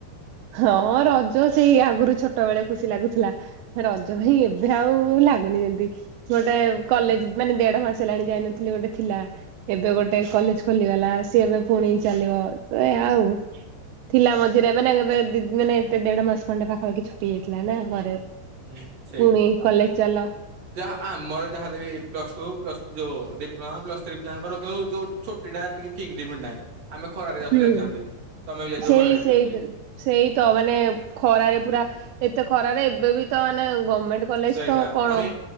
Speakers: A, on the right; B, on the right.
A: ହଁ ରଜ ସେଇ ଆଗରୁ ଛୋଟ ବେଳେ ଖୁସି ଲାଗୁଥିଲା ରଜ ଭାଇ ଏବେ ଆଉ ଲାଗୁନି ଯେମତି ଗୋଟେ କଲେଜ ମାନେ ଦେଢ ମାସ ହେଲାଣି ଯାଇନଥିଲି ଗୋଟେ ଥିଲା ଏବେ ଗୋଟେ। କଲେଜ ଖୋଲିଗଲା ସିଏ ଏବେ ପୁଣି ଚାଲିବ ତ ଏ ଆଉ। ଥିଲା ମଝିରେ ଏବେ ଏବେ ମେ ଏତେ ଦେଢ ମାସ ଖଣ୍ଡେ ପାଖାପାଖି ଛୁଟି ହେଇଯାଇଥିଲା ନା ଘରେ
B: ହୁଁ ସେଇଟା
A: ପୁଣି କଲେଜ ଚାଲ
B: ଯାହା ଆ ମୋର ଯାହା ବି ପ୍ଲସ ଟୁ ପ୍ଲସ ଯୋଉ ଡିପ୍ଲୋମା ପ୍ଲସ୍ ଥ୍ରୀ ପିଲଙ୍କର କିନ୍ତୁ ଯୋଉ ଛୁଟିଟା ଟିକେ ଠିକ ଲିମିଟ ନାହିଁ। ଖରାାରେ ଯାଉଥିଲୁ
A: ହୁଁ।
B: ଏକଯାମ ଦେଇ। ତମେ ବି ଯାଇଥିବ
A: ସେଇ
B: ଖରାରେ ଏକ୍ଜାମ
A: ସେଇତ
B: ଦେଇ।
A: ସେଇ ତ ମାନେ ଖରାରେ ପୁରା ଏତେ ଖରାରେ ଏବେ ବି ତ ମାନେ ଗଭର୍ଣମେଣ୍ଟ କଲେଜ
B: ସେଇଟା
A: ତ କଣ
B: ପୁଣି